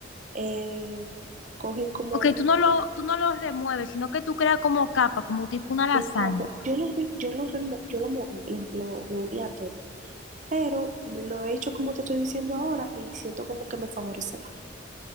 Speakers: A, on the right (about 40°); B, on the left (about 80°).
A: eh, cogen como...
B: Ok, tú no lo, tú no lo remueves, sino que tú creas como capa, como tipo una lasaña.
A: Exacto, yo lo, re- yo lo, remo- yo lo moví, lo, lo, lo uní a todo. pero lo he hecho como te estoy diciendo ahora y siento como que me favorece más.